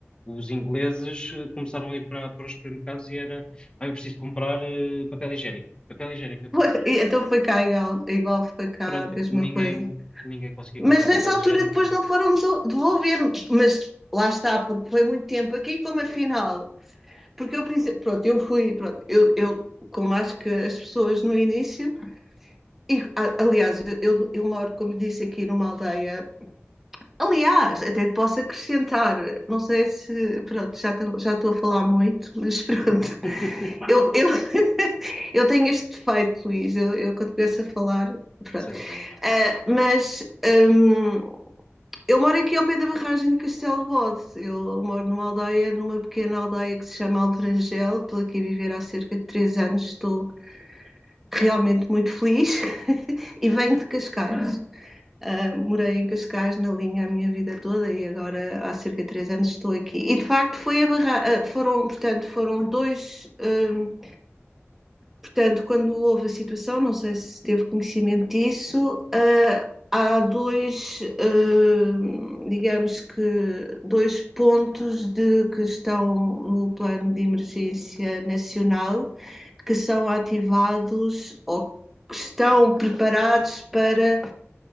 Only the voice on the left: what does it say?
os ingleses eh, começaram a ir para, para os supermercados e era, ah, eu preciso comprar eh, papel higiênico. Papel higiênico. papel-"
Pronto,
ninguém,
ninguém conseguia
comprar
papel
higiênico
nem nada.
<laughs>
Sem problema.
certo